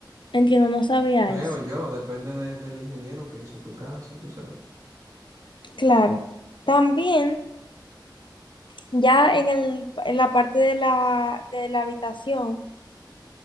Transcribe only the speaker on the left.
Entiendo, no sabía
eso.
Claro. También, ya en el, en la parte de la, de la habitación,